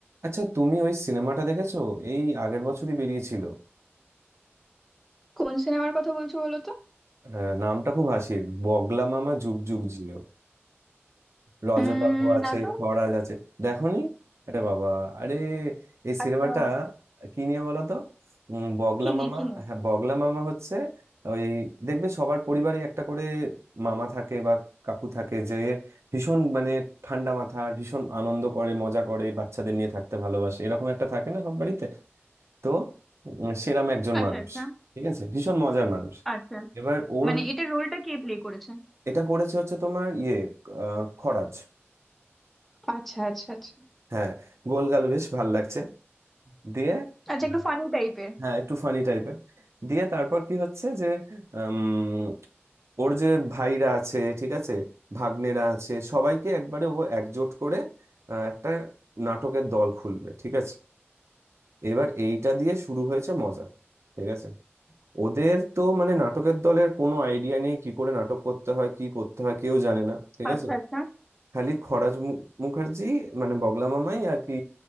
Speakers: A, on the right; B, in the centre.
A: আচ্ছা তুমি ওই সিনেমাটা দেখেছো এই আগের বছরই বেরিয়েছিল
B: কোন সিনেমার কথা বলছো বলো তো
A: আহ, নামটা খুব হাসির বগলা মামা যুগ যুগ জিও রজতাভ
B: উম
A: আছে
B: না তো
A: খরাজ আছে দেখোনি আরে বাবা আরে এই সিনেমাটা
B: আচ্ছা
A: কি নিয়ে বলো তো উম, বগলা
B: কিনে
A: মামা
B: কিনে
A: হ্যাঁ বগলা মামা হচ্ছে ওই দেখবে সবার পরিবারে একটা করে মামা থাকে বা কাকু থাকে যে ভীষণ মানে ঠান্ডা মাথা ভীষণ আনন্দ করে মজা করে বাচ্চাদের নিয়ে থাকতে ভালোবাসে এরকম একটা থাকে না সব বাড়িতে তো উম, সেরাম একজন
B: আচ্ছা
A: মানুষ
B: আচ্ছা
A: ঠিক আছে ভীষণ মজার মানুষ
B: আচ্ছা
A: এবার ওর
B: মানে এটার রোলটা কে প্লে করেছে
A: এটা করেছে হচ্ছে তোমার ইয়ে আহ, খরাজ
B: আচ্ছা আচ্ছা আচ্ছা
A: হ্যাঁ গোলগাল বেশ ভাল লাগছে দিয়ে
B: আচ্ছা
A: আহ,
B: একটু ফানি টাইপের
A: হ্যাঁ একটু ফানি টাইপের দিয়ে তারপর কি হচ্ছে যে উম, ওর যে ভাইরা আছে ঠিক আছে ভাগ্নেরা আছে সবাইকে একবারে ও একজোট করে আহ, একটা নাটকের দল খুলবে ঠিক আছে এবার এইটা দিয়ে শুরু হয়েছে মজা ঠিক আছে ওদের তো মানে নাটকের দলের কোনো আইডিয়া নেই কি করে নাটক করতে হয় কি করতে হয় কেউ জানে না ঠিক
B: আচ্ছা
A: আছে
B: আচ্ছা
A: খালি খরাজ মু- মুখার্জি মানে বগলা মামাই আর কি